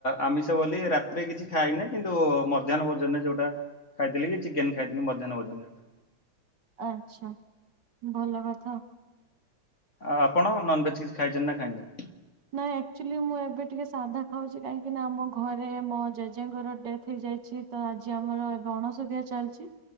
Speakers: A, on the left; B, on the right.
A: ଆମିଷ ବୋଲି ରାତିରେ କିଛି ଖାଇନି କିନ୍ତୁ ମଧ୍ୟାହ୍ନ ଭୋଜନରେ ଯୋଉଟା ଖାଇଥିଲି ଚିକେନ ଖାଇଦଥିଲି ମଧ୍ୟାହ୍ନ ଭୋଜନରେ।
B: ଆଛା ଭଲ କଥା ଆଉ।
A: ଆଉ ଆପଣ ନନ ଭେଜ୍ କିଛି ଖାଇଚନ୍ତି ନା ଖାଇନାନ୍ତି?
B: ନାଁ ଆକ୍ଚୁଆଲି ମୁଁ ଏବେ ଟିକେ ସାଧା ଖାଉଚି କାହିଁକି ନା ଆମ ଘରେ ମୋ ଜେଜେଙ୍କର ଡେଥ୍ ହେଇଯାଇଛି ତ ଆଜି ଆମର ଏବେ ଅଣସୁଧିଆ ଚାଲିଚି